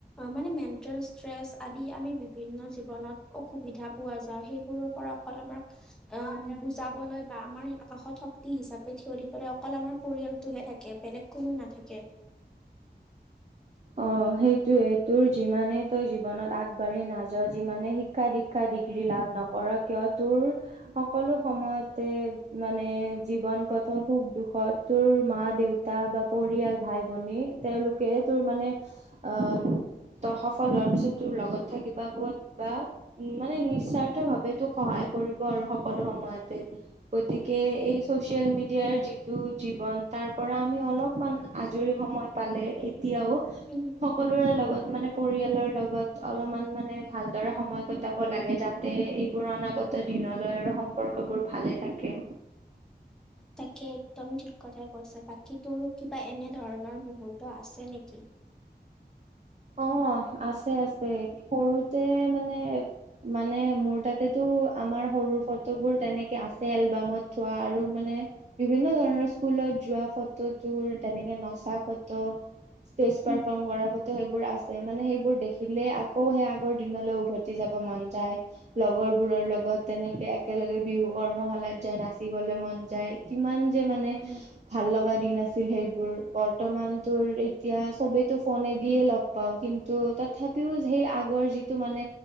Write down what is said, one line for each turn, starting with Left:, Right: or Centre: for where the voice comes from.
Centre: মানে মেণ্টেল ষ্ট্ৰেছ আদি আমি বিভিন্ন জীৱনত অসুবিধা পোৱা যাওঁ সেইবোৰৰ পৰা আাক অ বুজাবলৈ বা আমাৰ আকাশত শক্তি হিচাপে থিয় দিবলৈ অকল আমাৰ পৰিয়ালটোহে থাকে বেলেগ কোনো নাথাকে
Right: অ সেইটোয়ে তোৰ যিমানেই তই জীৱনত আগবঢ় ঢ়ি নাযাও যিমানে শিক্ষা দীক্ষা ডিগ্ৰী লাভ নকৰ কিয় তোৰ সকলো সময়তে মানে জীৱন পথৰ সুখ দুখত তোৰ মা দেউতা বা পৰিয়াল ভাই ভনী তেওঁলোকে তোৰ মানে অ', তই সফল হোৱাৰ পিছত তোৰ লগত থাকিবা ব বা মানে নিস্বাৰ্থ ভাৱে তোক সহায় আৰু সকলো সময়তে গতিকে এই চচিয়েল মিডিয়াৰ যিটো জীৱন তাৰ পৰা আমি অলপমান আজৰি সময় পালে এতিয়াও
Centre: উম
Right: সকলোৰে লগত মানে পৰিয়ালৰ লগত অলপমান মানে ভালদৰে সময় কটাব লাগে যাতে এইবোৰ অনাগত তই দিনলৈ আৰু সম্পৰ্কবোৰ ভালেই থাকে।
Centre: তাকে একদম ঠিক কথাই কৈছ বাকী তোৰো কিবা এনে ধৰণৰ মুহৰ্ত আছে নেকি?
Right: অ আছে আছে সৰুতে মানে মানে মোৰ তাতেতটো আমাৰ সৰুৰ ফটোবোৰ তেনেকে আছে এলবামত থোৱা আৰু মানে বিভিন্ন ধৰণৰ স্কুলত যোৱা ফটো তোৰ তেনেকে নচা ফটো ষ্টেজ পাৰফৰ্ম
Centre: উম
Right: কৰা ফটো সেইবোৰ আছে মানে সেইবোৰ দেখিলেই আকৌ সেই আগৰ দিনলৈ উভতি যাব মন যায় লগৰ বোৰৰ লগত তেনেকে একেলগে বিহু কৰ্মশালাত যায় নাচিবলৈ মন যায় কিমান যে মানে
Centre: উম
Right: ভাল লগ দিন আছিল সেইবোৰ বৰ্তমান তোৰ এতিয়া সবেটো ফনে দিয়ে লগ পাওঁ কিন্তু তথাপিও সেই আগৰ যিটো মানে